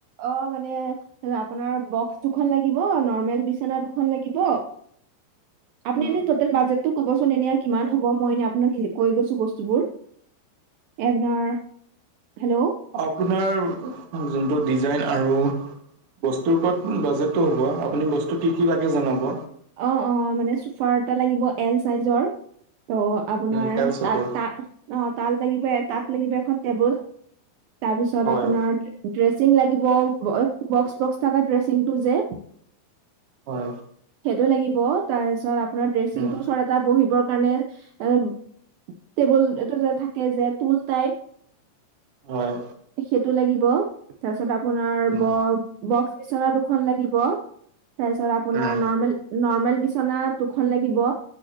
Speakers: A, on the right (about 75°); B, on the right (about 55°).
A: অ মানে ৰাপোনাৰ বক্স দুখন লাগিব নৰ্মেল বিচনা দুখন লাগিব। আপুনি
B: উম।
A: এনে টোটেল বাজেটটো ক'বচোন এনে কিমান হ'ব মই এনে আপোনাক কৈ গৈছো বস্তুবোৰ এপনাৰ হেল্ল'
B: আপোনাৰ যোনটো ডিজাইন আৰু বস্তুৰ ওপৰত বাজেটো হ'ব আপুনি বস্তু কি কি লাগে জনাব।
A: অ অ মানে চুফাৰ এটা লাগিব এল চাইজৰ ত আপোনাৰ
B: উম এল চেপৰ
A: তাত তা অ তাল লাগিব তাত লাগিব এখন টেবুল তাৰপিছত
B: হয়
A: আপোনাৰ ড্ৰেছ- চিং লাগিব বক্স বক্স থকা ড্ৰেচিং টো যে
B: হয়।
A: সেইটো লাগিব। তাৰ পিছত আপোনাৰ ড্ৰেচিং
B: উম
A: টো চৰ এটা বহিবৰ কাৰণে এ টেবুল এটা যে থাকে যে টুল টাইপ
B: হয়।
A: সেইটো লাগিব। তাছত আপোনাৰ
B: উম
A: ব বক্স বিচনা দুখন লাগিব। ৰাইছত আপোনাৰ
B: উম
A: নৰ্মেল নৰ্মেল বিচনা খন লাগিব।